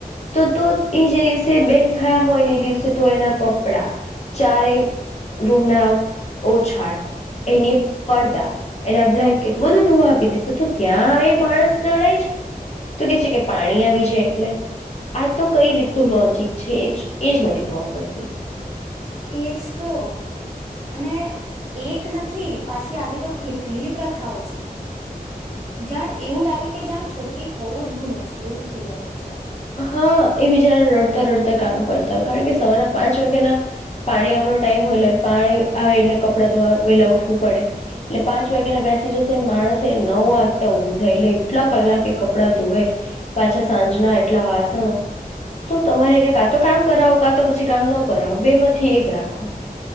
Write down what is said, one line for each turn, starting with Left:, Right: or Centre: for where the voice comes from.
Left: તો તો એ જે દિવસે બેન થયા હોય ને એ દિવસે તો એના કપડા, ચારેય રૂમના ઓછાડ, એને પડદા, એના બ્લેન્કેટ, બધું ધોવા આપી દેસે. તો ત્યાં એ મ માણસ જણાય છે? તો કે છે કે પાણી આવી જાય એટલે. આ તો કઈ રીતનું લોજિક છે એ, એજ નથી ખબર પડતી.
Right: એજ તો. અને એક નથી, પાછી આવી તો કેટલી પ્રથાઓ છે. જાણ એવું લાગે કે જાણ છોકરી હોવું જ ગુનો છે, એવું થઈ જાય પછી આ
Left: હા, એ બીચારા રડતા રડતા કામ કરતા હોય. કારણ કે સવારના પાંચ વાગ્યાના પાણી આવવાનો ટાઈમ હોય, એટલે પાણી આવે એટલે કપડા ધોવા વહેલા ઉઠવું પડે. એટલે પાંચ વાગ્યાના બેસી જશે, માણસ એ નવ વાગતા ઉભું થાય, એટલે એટલા કલાક એ કપડાં ધોવે. પાછા સાંજના એ કેટલા વાસણો. તો તમારે એને કાં તો કામ કરાવો, કાં તો પછી કામ ન કરાવો, બે માંથી એક રાખો.